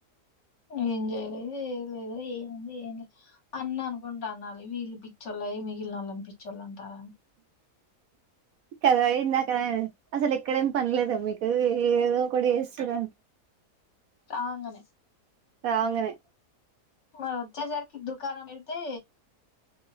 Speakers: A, on the left; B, on the right.
A: ఏం చేయలేదు ఏది లేదు ఏముంది ఏం లేదు అన్న అనుకుంటా అనాలి వీళ్ళు పిచ్చ చ్చోళ్ళే మిగిలినోళ్ళని పిచ్చోళ్ళు అంటారా
B: కదా ఇందాకనే అసలు ఎక్కడేమి పనిలేదు మీకు ఏదో కూడా చేస్తుర్రు
A: ఆ అంగనే
B: రా అంగనే
A: వారు వచ్చేసరికి దుకానం వెళ్తే